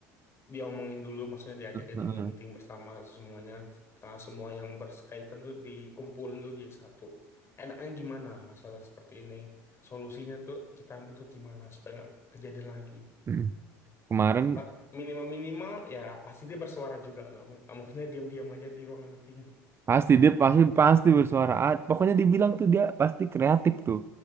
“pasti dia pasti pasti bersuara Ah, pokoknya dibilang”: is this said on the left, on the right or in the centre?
Right